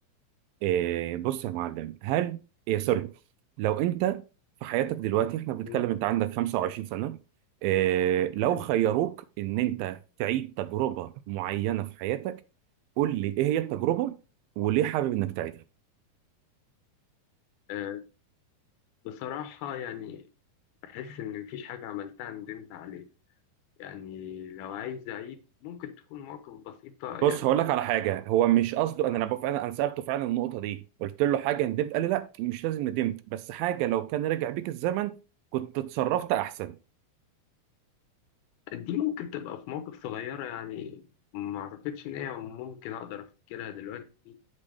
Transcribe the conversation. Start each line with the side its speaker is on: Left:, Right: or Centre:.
Right: إيه بص يا معلم هل إيه سوري لو انت في حياتك دلوقتي احنا بنتكلم
Left: طول
Right: انت عندك 25 سنة إيه لو
Left: تمام
Right: خيروك ان انت تعيد تجربة معينة في حياتك قول لي ايه هي التجربة وليه حابب انك تعيدها
Left: آه، بصراحة يعني بحس إن مفيش حاجة عملتها ندمت عليها يعني لو عايز أعيد ممكن تكون مواقف بسيطة يعني
Right: بص هقول لك على حاجة هو مش قصده انا
Left: آه،
Right: انا فعلا انا سألته فعلا النقطة دي قلت له حاجة ندمت قال لي لا مش لازم ندمت بس حاجة لو كان رجع بيك الزمن كنت اتصرفت احسن
Left: دي ممكن تبقى في مواقف صغيرة يعني ما أعتقدش إن هي ممكن أقدر أفتكرها دلوقتي